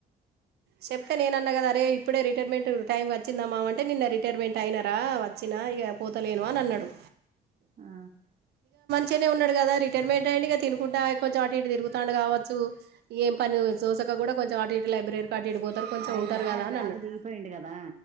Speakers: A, on the right; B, on the right.
A: చెప్తే నేనన్నా కదా అరే ఇప్పుడే రిటైర్మెంట్ టైమ్ కాద్ వచ్చిందమామ అంటే నిన్న రిటైర్మెంట్ అయినారా వచ్చినా ఇక పోతలేను అని అన్నడు
B: ఆ
A: చనే ఉన్నాడు కదా రటైర్మెంట్ ఐయ్యిండు ఇక తినుకుంట కొంచెం అటు ఇటు తరుగుతాండు కావచ్చు ఇగ ఏం పని తోసక కూడా కొంచెం అటు ఇటు లైబ్రరీ అటిటు పోతారు కొంచెం
B: ఆయన
A: ఉంటారు కదా అని
B: జాబ్
A: అన్నాడు
B: దిగిపోయిండు కదా